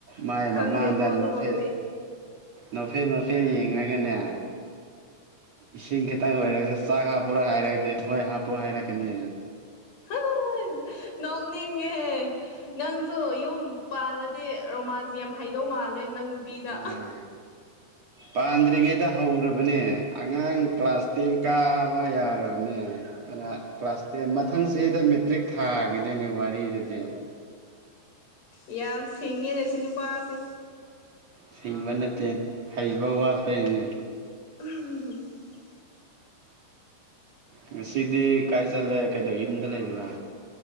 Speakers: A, on the right; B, on the left.
A: ꯃꯥꯏ
B: ꯈꯪꯗꯦꯕꯣ
A: ꯃꯃꯥꯡꯗ
B: ꯑꯗꯨꯃꯛꯇꯤ
A: ꯅꯣꯐꯦꯠ ꯅꯣꯐꯦꯠ ꯅꯣꯐꯦꯠ ꯌꯦꯡꯉꯒꯅꯦ ꯏꯁꯤꯡ ꯈꯤꯇꯪ ꯑꯣꯏꯔꯒꯁꯨ ꯆꯥꯛ ꯍꯥꯞꯄꯔꯥ ꯍꯥꯏꯔꯒꯗꯤ ꯍꯣꯏ ꯍꯥꯞꯄꯨ ꯍꯥꯏꯔꯥ ꯀꯅꯤ
B: ꯍꯣꯏ ꯅꯣꯛꯅꯤꯡꯉꯦꯍꯦ ꯅꯪꯁꯨ ꯌꯨꯝ ꯄꯥꯜꯂ ꯗꯤ ꯔꯣꯃꯥꯟꯁ ꯌꯥꯝ ꯍꯩꯗꯧ ꯃꯥꯜꯂꯦ ꯅꯪ ꯅꯨꯄꯤꯗ
A: ꯎꯝ ꯄꯥꯟꯗ꯭ꯔꯤꯉꯩꯗ ꯍꯧꯔꯕꯅꯦ ꯑꯉꯥꯡ ꯀ꯭ꯂꯥꯁ ꯇꯦꯟ ꯀꯥꯕ ꯌꯥꯔꯕꯅꯦ ꯀ꯭ꯂꯥꯁ ꯇꯦꯟ ꯃꯊꯪꯁꯤꯗ ꯃꯦꯇ꯭ꯔꯤꯛ ꯊꯥꯈꯤꯗꯣꯏꯅꯦ ꯋꯥꯔꯤꯗꯗꯤ
B: ꯏ ꯌꯥꯝ ꯁꯤꯉꯦ ꯅꯁꯤꯅꯨꯄꯥ ꯑꯁ
A: ꯁꯤꯡꯕ ꯅꯠꯇꯦ ꯍꯩꯕ ꯋꯥꯠꯄꯩꯅꯦ
B: ꯎ
A: ꯉꯁꯤꯗꯤ ꯀꯥꯏ ꯆꯠꯂꯦ ꯀꯩꯗꯧ ꯌꯨꯝꯗ ꯂꯩꯔꯤꯕ꯭ꯔꯥ